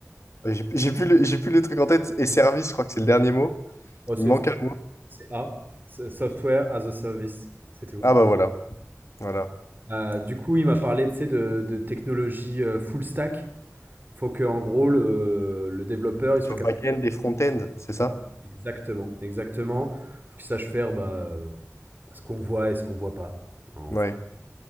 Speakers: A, on the left; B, on the right.
A: j'ai j'ai plus le, j'ai plus le truc en tête et service, je crois que c'est le dernier mot.
B: Ouais, C'est
A: Il me manque un mot.
B: c'est A, c'est Software as a Service, c'est tout.
A: Ah bah voilà, voilà.
B: Euh, du coup, il m'a parlé tu sais, de, de technologie euh, full stack. Faut que, en gros, le, le développeur il soit
A: Sur
B: capable.
A: back-end
B: de
A: et front-end, c'est ça?
B: voir Exactement, exactement. Faut qu'il sache faire bah, euh, ce qu'on voit et ce qu'on voit pas. en
A: Ouais.
B: fait.